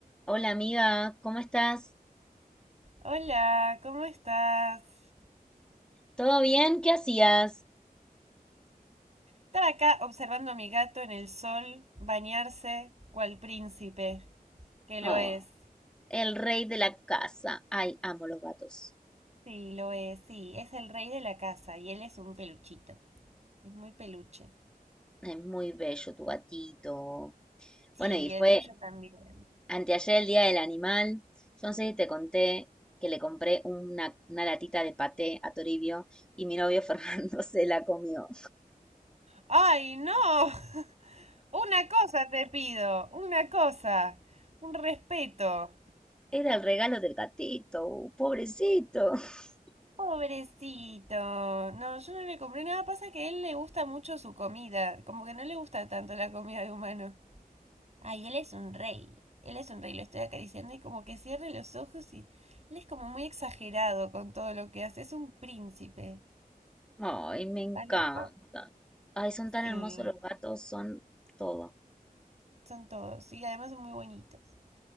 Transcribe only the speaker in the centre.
Hola amiga, ¿cómo estás?
¿Todo bien? ¿Qué hacías?
Oh,
el rey de la casa. Ay, amo los gatos.
Es muy bello tu gatito.
Bueno, y fue
anteayer el Día del Animal. Yo no sé si te conté que le compré una, una latita de paté a Toribio y mi novio <laughs> Fernando se la comió.
Era el regalo del gatito, pobrecito. <laughs>
Ay, me encanta.
Ay, son tan
hermosos los gatos, son todo.